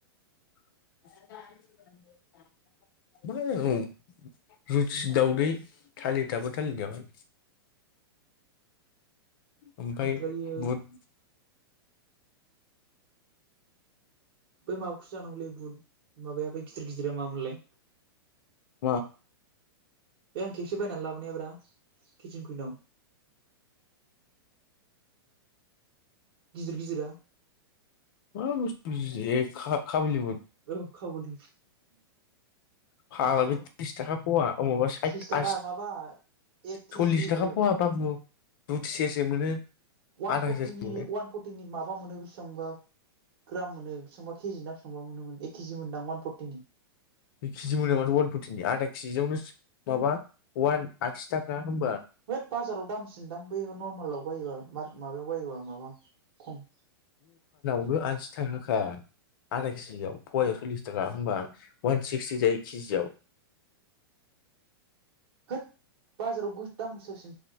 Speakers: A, on the left; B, on the right.
A: <unintelligible> रुथि, दावदै, थालिद दाबो थालिद जाबाय। ओमफाय
B: ओमफ्रायो
A: बुद
B: बै माबाखौ जानांगौलै बुद माबाया बे गिदिर गिदिरा मामोनलाय
A: मा
B: बे आं खेबसे बायनानै लाबोनायाब्रा <unintelligible> कुइनाव गिदिर गिदिरा
A: मा बुसथु <unintelligible> काबुलि बुद
B: औ काबुलि
A: फाग्ला बे त्रिस थाखा फवा अ‌ माबा साइथ
B: थ्रिस थाखा
A: आसि
B: माबा एक केजि
A: सल्लिस थाखा
B: ओ
A: फवा बाबु बुक सेरसे मोनो
B: अवान
A: आधा
B: फर्टिनि
A: सेरसे मोनो
B: अवान फर्टिनि माबा मोनो बेसिबांबा ग्राम मोनो बेसेबां बा के जि ना बेसेबा मोनोमोन एक के जि मोनदां अवान फर्टिनि
A: दुइ केजि मोनो माथो अवान फर्टिनि आदा कि जि आवनो माबा अवान आसि थाखा होमबा
B: हैद बाजाराव दामसिनदां बैयो नरमेलाव बायोबा मार्क माबायाव बायोबा माबा खम
A: बो आसि थाखाखा आदा किजियाव पवायाव सललिस थाखा होमबा वान सिक्सटि जायो कि जियाव
B: होथ बाजाराव गो दाम गोसासिन